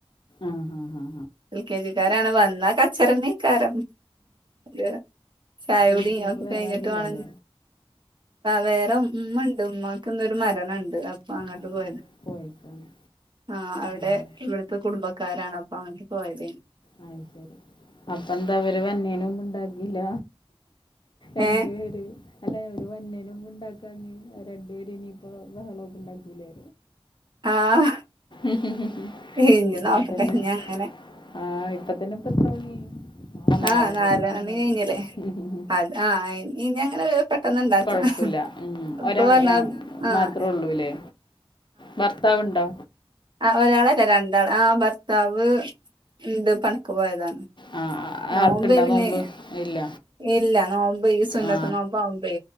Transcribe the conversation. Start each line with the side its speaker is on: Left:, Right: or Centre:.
Left: ആഹ ആഹ ആഹ
Right: എൽ കെ ജിക്കാരാണ് വന്നാ കച്ചറീക്കാര അത് ചായ
Left: വീട്ടിലപ്പോ
Right: കുടി ഒക്കെ
Left: വേറെ
Right: കഴിഞ്ഞിട്ട്
Left: ആരും ഇല്ല
Right: വേണം
Left: അല്ലേ
Right: വേറെ ഉമ്മണ്ട് ഉമ്മാക്ക്ന്നരു മരണുണ്ട് അപ്പൊ അങ്ങോട്ട്
Left: ആ
Right: പോയത്
Left: ആ പോയേക്കാണ്
Right: ആ അവിടെ
Left: ആ
Right: ഇവിടുത്തെ കുടുംബക്കാരാണ് അപ്പൊ അങ്ങോട്ട് പോയത്
Left: അ ശരി അപ്പന്താ അവര് വരണിനു മുമ്പ് ഉണ്ടാക്കില്ല എന്റെ
Right: ഏ
Left: പേര് അല്ലെ ഓര് വരണതിന് മുമ്പ് ഉണ്ടാക്കാനി രണ്ടുപേര് ഇനിയിപ്പോ ബഹളമൊക്കെ ഇണ്ടാക്കൂലേ
Right: ആഹ്
Left: ഉഹ്
Right: ഇഞ്ഞ്
Left: ഇപ്പൊ
Right: നോക്കട്ടെ
Left: തന്നെ
Right: ഇഞ്ഞ് അങ്ങനെ
Left: ആഹ ഇപ്പത്തന്നെ ഇപ്പ തോണി ആഹ നാലരക്കാവനായി
Right: ആഹ് നാല് മണി കഴിഞ്ഞില്ലേ
Left: ഹ് ഹ്
Right: അത് ആഹ് ഇനി അങ്ങനെ പെട്ടെന്ന് ഇണ്ടാക്കാം
Left: കുഴപ്പ പ്പും ഇല്ല ഉം
Right: ഇപ്പൊ
Left: ഒരാൾ
Right: പറഞ്ഞ
Left: ആ
Right: ആഹ്
Left: മാത്രേ ഉള്ളൂ ലെ ഭർത്താവ് ഇണ്ടോ
Right: ആ ഒരാളല്ല രണ്ടാൾ ആ ഭർത്താവ് ഇണ്ട് പണിക്ക് പോയതാ
Left: ആ ആ,
Right: നോമ്പെയ്
Left: ആൾക്കുണ്ടോ
Right: പിന്നെ
Left: നോമ്പ് ഇല്ല
Right: ഇല്ല നോമ്പെയ് സുന്നത്ത്
Left: ആ
Right: നോമ്പാവുമ്പെ